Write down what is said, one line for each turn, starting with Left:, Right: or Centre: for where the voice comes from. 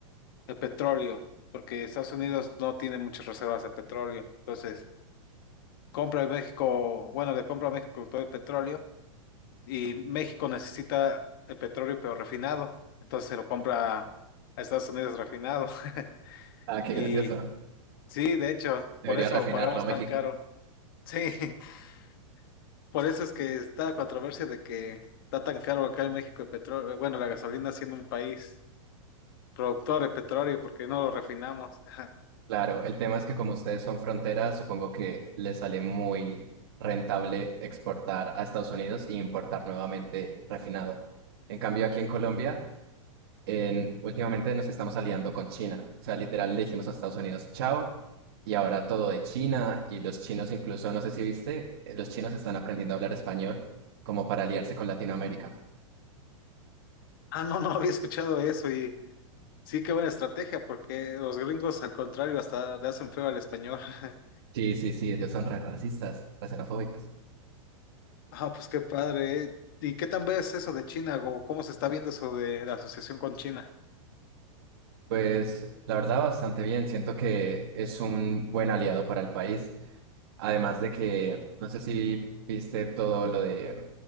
Left: el petróleo, porque Estados Unidos no tiene muchas reservas de petróleo. Entonces, compra de México, bueno, le compra a México todo el petróleo y México necesita el petróleo pero refinado. Entonces se lo compra a Estados Unidos refinado. <laughs>
Right: Ah, qué
Left: Y
Right: gracioso.
Left: sí, de hecho,
Right: Debería
Left: por eso
Right: refinarlo
Left: lo pagamos
Right: México.
Left: tan caro. Sí, <laughs> por eso es que está la controversia de que está tan caro acá en México el petróleo, bueno, la gasolina siendo un país. productores petróleo, porque no lo refinamos. <laughs>
Right: Claro, el tema es que como ustedes son frontera, supongo que les sale muy rentable exportar a Estados Unidos y importar nuevamente refinado. En cambio, aquí en Colombia en- últimamente nos estamos aliando con China. O sea, literal le dijimos a Estados Unidos, chao, y ahora todo de China, y los chinos incluso, no sé si viste, eh, los chinos están aprendiendo a hablar español como para aliarse con Latinoamérica.
Left: Ah, no, no había escuchado eso y sí, qué buena estrategia, porque los gringos, al contrario, hasta le hacen feo al español. <laughs>
Right: Sí, sí, sí, ellos son re racistas, re xenofóbicos.
Left: Ah, pues qué padre, ¿eh? ¿Y qué tan ves eso de China o cómo se está viendo eso de la asociación con China?
Right: Pues la verdad, bastante bien. Siento que es un buen aliado para el país. Además de que, no sé si viste todo lo de